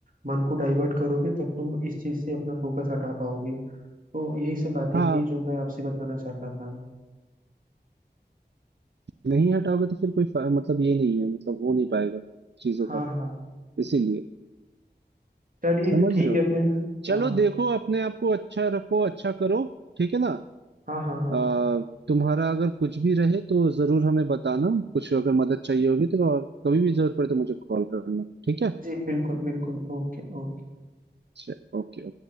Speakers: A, on the right; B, on the right.
A: मन को डाइवर्ट करोगे तब तुम इस चीज से अपना फोकस हटा पाओगे तो यही सब बातें
B: हाँ
A: थी जो मैं आपसे बताना चाहता था
B: नहीं हटाओगे तो फिर कोई फा- मतलब ये नहीं है मतलब हो नहीं पाएगा चीजों
A: हाँ
B: का
A: हाँ
B: इसीलिए
A: चलिए
B: समझ
A: ठीक
B: रहे हो
A: है फिर
B: चलो
A: हाँ
B: देखो अपने आप को अच्छा रखो अच्छा करो ठीक है ना
A: हाँ हाँ हाँ
B: आ, तुम्हारा अगर कुछ भी रहे तो जरूर हमें बताना कुछ अगर मदद चाहिए होगी तो और कभी भी जरूरत पड़े तो मुझे कॉल करना ठीक है
A: जी बिल्कुल बिल्कुल ओके ओके
B: अच्छा, ओके